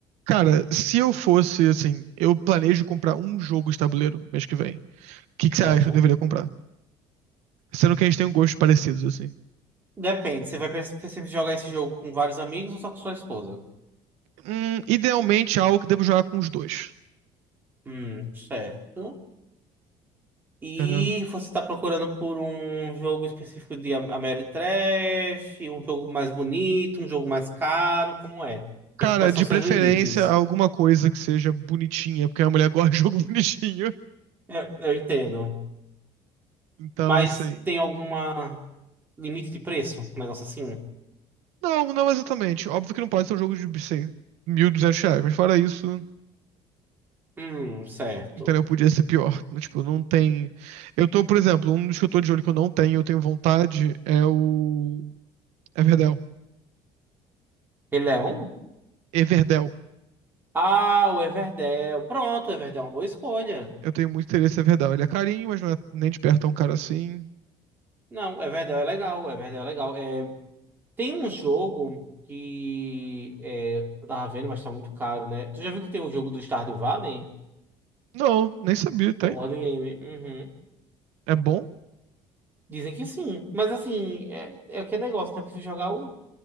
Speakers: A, on the right (about 85°); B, on the right (about 20°).
A: Cara, se eu fosse assim, eu planejo comprar um jogo de tabuleiro mês que vem. O que que
B: certo?
A: você acha que eu deveria comprar? Sendo que a gente tem um gosto parecidos, assim.
B: Depende, você vai pens- sempre jogar esse jogo com vários amigos ou só com sua esposa?
A: Hum, idealmente algo que devo jogar com os dois.
B: Hum, certo. E
A: Entendeu?
B: você está procurando por um jogo específico de Am- Ameritrash, um jogo mais bonito, um jogo mais caro, como é?
A: Cara,
B: E que- Quais
A: de
B: são seus
A: preferência
B: limites?
A: alguma coisa que seja bonitinha, porque a mulher <laughs> gosta de jogo <laughs> bonitinho.
B: É, eu entendo.
A: Então,
B: Mas
A: assim.
B: tem alguma limite de preço? Um negócio assim?
A: Não, não exatamente. Óbvio que não pode ser um jogo de, sei, 1.200 reais, mas fora isso,
B: Hum, certo.
A: entendeu? Podia ser pior. Tipo, não tem. Eu tô, por exemplo, um dos que eu tô de olho que eu não tenho, eu tenho vontade, é o. Everdell.
B: Ele é um?
A: Everdell.
B: Ah, o Everdell. Pronto, o Everdell é uma boa escolha.
A: Eu tenho muito interesse em Everdell. Ele é carinho, mas não é nem de perto tão caro assim.
B: Não, o Everdell é legal, o Everdell é legal. É Tem um jogo que é, eu tava vendo, mas tá muito caro, né? Tu já viu que tem um jogo do Stardew Valley?
A: Não, nem sabia, tem.
B: O board game? Uhum.
A: É bom?
B: Dizem que sim. Mas assim, é, é aquele negócio, né? Eu prefiro jogar o